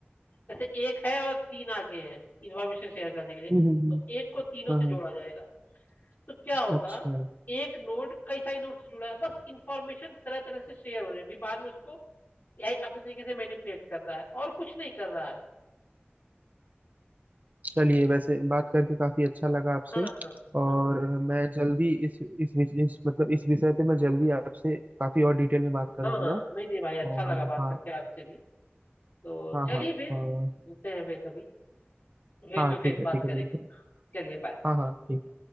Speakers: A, on the left; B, on the right.
A: जैसे एक है और तीन आगे हैं इंफॉर्मेशन शेयर करने के लिए
B: हम्म हम्म।
A: तो एक को तीनों
B: हाँ
A: से
B: हाँ,
A: जोड़ा जाएगा तो क्या होगा
B: अच्छा
A: एक नोड कई सारे नोड से जुड़ा है बस इंफॉर्मेशन तरह तरह से शेयर हो रही है भी बाद में उसको एआई अपने तरीके से मैनिपुलेट कर रहा है और कुछ नहीं कर रहा है
B: चलिए वैसे बात करके काफी अच्छा लगा आपसे
A: हाँ हाँ हाँ
B: और
A: हाँ
B: मैं जल्दी इस इस विष- इस मतलब इस विषय पे मैं जल्दी आपसे काफी और डिटेल में बात करूंगा
A: हाँ हाँ नहीं नहीं भाई अच्छा
B: और
A: लगा बात
B: हाँ
A: करके आपसे भी तो
B: हाँ
A: चलिए
B: हाँ
A: फिर
B: और
A: मिलते हैं फिर कभी फेस
B: हाँ
A: टू फेस
B: ठीक है
A: बात
B: ठीक है
A: करेंगे
B: बिल्कुल
A: चलिए बाय
B: हाँ हाँ ठीक